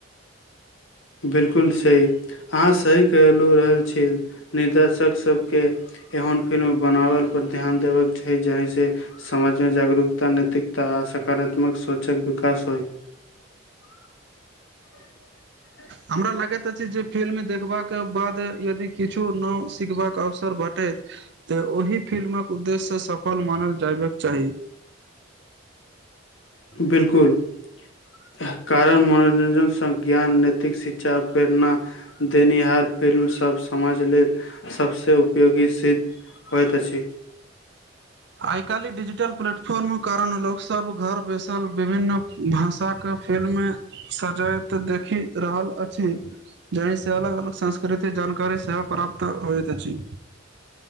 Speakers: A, on the left; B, on the right.
A: बिल्कुल सही आहाँ सही कहलु रहल छीयै निर्देशक सब के एहन फिल्म बनाबल पर ध्यान देबक छै जाहिं से समाज में जागरूकता, नैतिकता आ सकारात्मक सोचक विकास होई <unintelligible>
B: हमरा लगैत अछि जे फिल्म देखबाक बाद यदि किछु नव सिखबाक अवसर भेटैत त ओहि फिल्मक उद्देश्य सफल मानल जयबाक चाही।
A: बिल्कुल। यैह कारण मनोरंजन सं ज्ञान, नैतिक शिक्षा, प्रेरणा देनिहार फिल्म सब सं समाज लेल सब सं उपयोगी सिद्ध होइत अछि।
B: आइ काल्हि डिजिटल प्लेटफॉर्म कारण लोक सब घर बैसल विभिन्न भाषा के फिल्म सजीव देखि रहल अछि। जाहि सं अलग -अलग संस्कृतिक जानकारी सेहो प्राप्त होइत अछि।